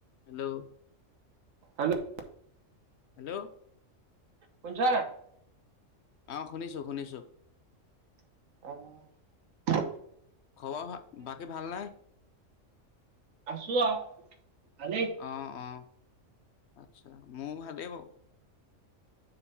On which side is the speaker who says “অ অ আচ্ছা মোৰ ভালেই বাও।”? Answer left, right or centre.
Left